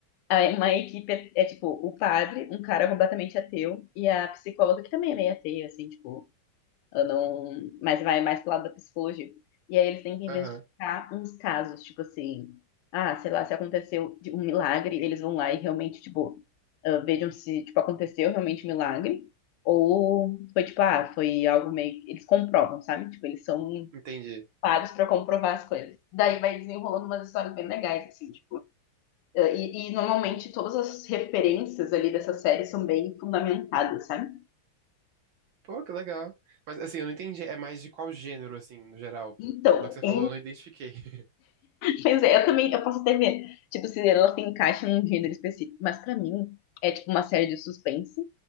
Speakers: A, on the left; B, on the right.
A: Aí uma equipe é, é, tipo o padre, um cara completamente ateu e a psicóloga que também é meio ateia, assim, tipo, eu não, mas vai mais pro lado da psicologia. E aí eles têm que investigar
B: Aham,
A: uns casos, tipo assim, ah, sei lá, se aconteceu de um milagre, eles vão lá e realmente, tipo, ah, vejam se, tipo, aconteceu realmente um milagre, ou foi, tipo, ah, foi algo meio, eles comprovam, sabe? Tipo, eles são
B: entendi.
A: pagos pra comprovar as coisas. Daí vai desenrolando umas histórias bem legais, assim, tipo, ah, e, e normalmente todas as referências ali dessa série são bem fundamentadas, sabe?
B: Pô, que legal. Mas assim, eu não entendi. É mais de qual gênero, assim, no geral?
A: Então,
B: Pelo que você
A: é
B: falou, eu não identifiquei. <laughs>
A: Pois é, eu também, eu posso até ver, tipo, se ela se encaixa num gênero específico, mas pra mim é tipo uma série de suspense,